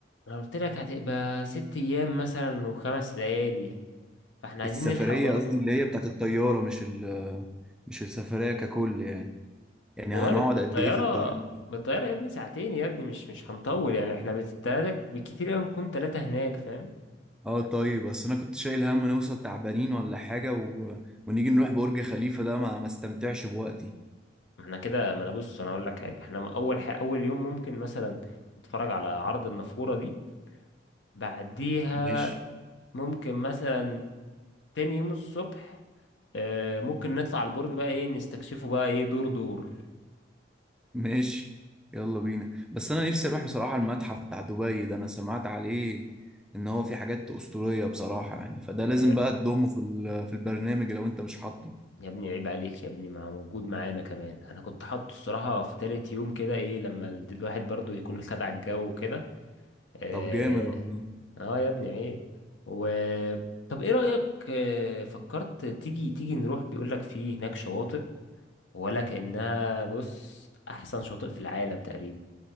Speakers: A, on the left; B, in the centre.
A: انا قلت لك هتبقى ست ايام مثلا وخمس ليالي فاحنا عايزين
B: السفريه
A: نلحق برضو
B: قصدي اللي هي بتاعت الطياره مش ال مش السفريه ككل يعني يعني
A: والله
B: هنقعد
A: ب- بالطياره
B: قد ايه في الطياره
A: بالطياره يا ابني ساعتين يا ابني مش مش هنطول يعني احنا بالتلاتة بالكتير قوي نكون ثلاثه هناك فاهم
B: اه طيب بس انا كنت شايل هم نوصل تعبانين ولا حاجه و... ونيجي نروح برج خليفه ده ما ما استمتعش بوقتي
A: ما احنا كده ما انا بص انا اقول لك حاجه احنا اول حاجه اول يوم ممكن مثلا نتفرج على عرض النافوره دي بعديها
B: ماشي
A: ممكن مثلا تاني يوم الصبح آه، ممكن نطلع البرج بقى ايه نستكشفه بقى ايه دور دور
B: ماشي يلا بينا بس انا نفسي اروح بصراحة المتحف بتاع دبي ده انا سمعت عليه ان هو في حاجات اسطورية بصراحة يعني فده لازم
A: آه،
B: بقى تضمه في ال- في البرنامج لو انت مش حاطه
A: يا ابني عيب عليك يا ابني مع موجود معانا كمان انا كنت حاطه الصراحه في تالت يوم كده ايه لما الد- الواحد برضو يكون خد على الجو وكده اه
B: طب جامد والله
A: آه يا ابني عيب و طب ايه رايك آه، فكرت تيجي تيجي نروح بيقول لك في هناك شواطئ ولا كانها بص احسن شاطئ في العالم تقريبا